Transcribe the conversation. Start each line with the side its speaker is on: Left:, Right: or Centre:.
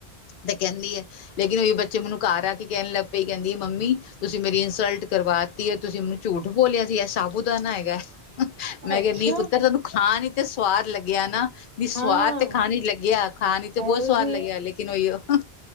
Left: ਤੇ ਕਹਿੰਦੀ ਐ ਲੇਕਿਨ ਉਹੀ ਬੱਚ ਚੇ ਮੈਨੂੰ ਘਰ ਆ ਕੇ ਕਹਿਣ ਲੱਗ ਪਈ ਕਹਿੰਦੀ ਐ ਮੰਮੀ ਤੁਸੀ ਮੇਰੀ ਇਨਸਲਟ ਕਰਵਾਤੀ ਐ । ਤੁਸੀ ਮੈਨੂੰ ਝੂਠ ਬੋਲਿਆ ਸੀ ਇਹ ਸਾਬੂਦਾਨਾ ਹੈਗਾ ਐ, ਮੈ
Right: ਅੱਛਾ,
Left: ਕਿਆ ਨਈ ਪੁੱਤਰ ਤੈਨੂੰ ਖਾਣ ਈ ਤੇ ਸਵਾਦ ਲੱਗਿਆ ਨਾ। ਵੀ ਸਵਾਦ
Right: ਹਾਂ।
Left: ਤੇ ਖਾਣ ਚ ਲੱਗਿਆ ਖਾਣ ਇਚ ਤੇ
Right: ਹੈਲਦੀ
Left: ਬਹੁਤ ਸਵਾਦ ਲੱਗਿਆ ਲੇਕਿਨ ਉਹੀ ਉਹ,